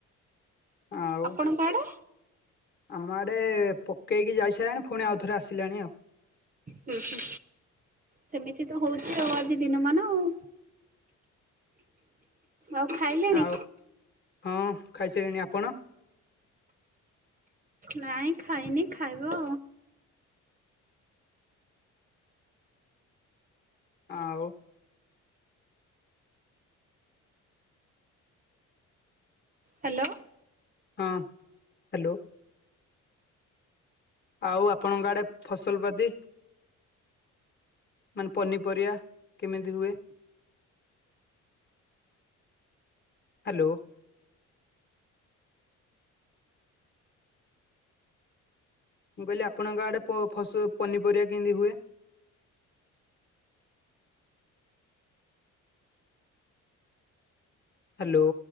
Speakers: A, on the left; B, on the right.
A: ଆଉ
B: ଆପଣଙ୍କ ଆଡେ?
A: ଆମ ଆଡେ ପକେଇକି ଯାଇସାଇଲାଣି ପୁଣି ଆଉଥରେ ଆସିଲାଣି ଆଉ।
B: ହୁଁ ହୁଁ ସେମିତି ତ ହଉଛି ଆଉ ଆଜି ଦିନ ମାନ ଆଉ‌। ଆଉ ଖାଇଲେଣି?
A: ଆଉ ହଁ ଖାଇସାଇଲିଣି। ଆପଣ?
B: ନାଇଁ ଖାଇନି ଖାଇବ।
A: ଆଉ।
B: ହାଲୋ।
A: ହଁ ହାଲୋ। ଆଉ ଆପଣଙ୍କ ଆଡେ ଫସଲ ପାତି? ମାନେ ପନିପରିବା କିମିତି ହୁଏ? ହାଲୋ। ମୁଁ କହିଲି ଆପଣଙ୍କ ଆଡେ ପ- ଫସ୍ ପନିପରିବା କେମିତି ହୁଏ? ହାଲୋ।